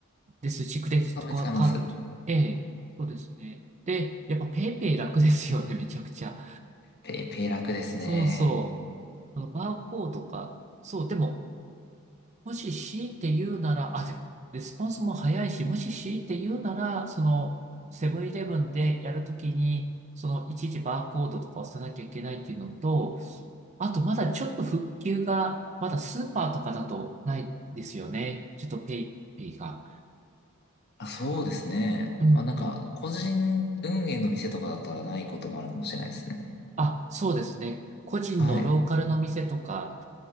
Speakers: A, on the right; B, on the left.
A: ですし、クレジットカードと、
B: たまに使います。
A: ええ、そうですね。で、やっぱペイペイ楽ですよね、<laughs> めちゃくちゃ。
B: ペイペイ楽ですね。
A: そうそう。あのバーコードか、そう、でも、もし強いて言うなら、あ、でも、レスポンスも早いし、もし強いて言うなら、その、セブンイレブンでやるときに、その、いちいちバーコードとか押さなきゃいけないっていうのと、あと、まだちょっと復旧が、まだスーパーとかだとないですよね。ちょっとペイペイが。
B: あ、そうですね。
A: うんうん
B: まあなんか、個人運営の店とかだったらないこともあるかもしれないですね。
A: あ、そうですね。個人のローカルの店とか、
B: はい。